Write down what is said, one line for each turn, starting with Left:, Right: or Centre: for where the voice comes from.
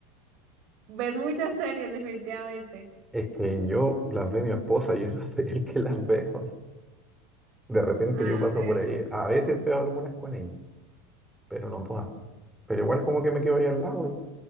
Right: Ves muchas series, definitivamente.
Centre: Es que yo las ve mi esposa, yo <laughs> no soy el que las veo. De repente
Right: A
Centre: yo paso
Right: ver.
Centre: por ahí. A veces veo algunas con ella, pero no todas. Pero igual como que me quedo ahí al lado y